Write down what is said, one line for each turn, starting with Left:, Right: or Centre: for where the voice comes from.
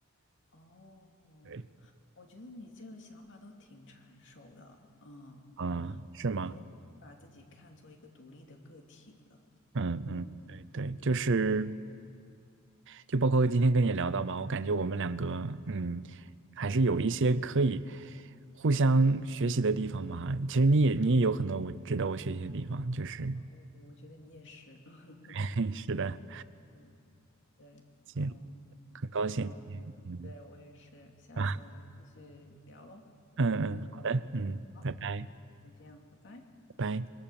Left: 哦，
Right: <laughs> 对
Left: 我觉得你这个想法都挺成熟的，嗯，
Right: 啊，是吗？
Left: 觉得你把自己看作一个独立的个体了，
Right: 嗯嗯，
Left: 嗯，
Right: 对对，就是就包括今天跟你聊到吧，我感觉我们两个嗯，还是有一些可以互相学习的地方嘛。其实你也你也有很多我值得我学习的地方，就是
Left: 哦，我我觉得你也是，<laughs>
Right: <laughs> 是的，
Left: 嗯，对，
Right: 行，
Left: 嗯，
Right: 很高兴今天嗯
Left: 那我们对我也是，下次我们继续聊喽，
Right: 啊嗯嗯，
Left: 嗯，
Right: 好的，嗯，
Left: 好，
Right: 拜拜
Left: 就这样，拜拜。
Right: 拜拜。